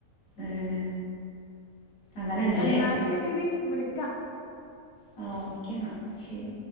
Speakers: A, on the left; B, on the left.
A: ഏഹ് അങ്ങനെ ഇണ്ട്ല്ലേ
B: എന്നാ ശെരിടി വിളിക്കാ
A: <unintelligible> ക്കെ ന്ന ശരി